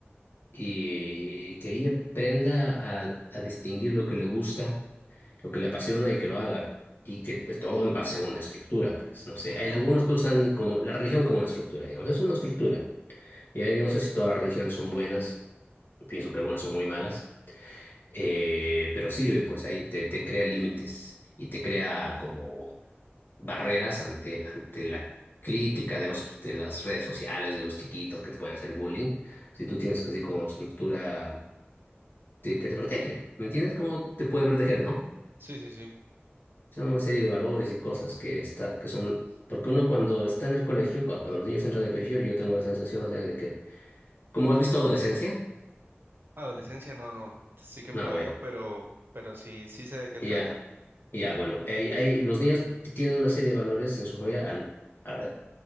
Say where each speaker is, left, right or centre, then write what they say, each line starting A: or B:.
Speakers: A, on the left; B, on the right.
A: y que ella aprenda a, a distinguir lo que le gusta, lo que le apasiona y que lo haga. Y que pues, todo en base a una estructura, pues no sé,
B: Ujú.
A: hay algunos que usan como la religión como una estructura, digamos, es una estructura. Y ahí yo no sé si todas las religiones son buenas, pienso que algunas son muy malas, eh, pero sirve, pues ahí te, te crea límites y te crea como barreras ante, ante la crítica de los, de las redes sociales, de los chiquitos que te pueden hacer bullying. Si tú tienes así como estructura te, que te protege. ¿Me entiendes? ¿Cómo te puede proteger, no?
B: Sí, sí, sí.
A: Son una serie de valores y cosas que, está, que son... Porque uno cuando está en el colegio, cua- cuando, los niños entran de colegio, yo tengo la sensación, o sea, de que... ¿Cómo has visto adolescencia?
B: Adolescencia, no, no, sí que
A: No,
B: me la
A: bueno,
B: veo, pero, pero sí, sí sé de qué
A: ya,
B: trata.
A: ya, bueno. Hay, hay- los niños t- tienen una serie de valores en su familia al, a, a-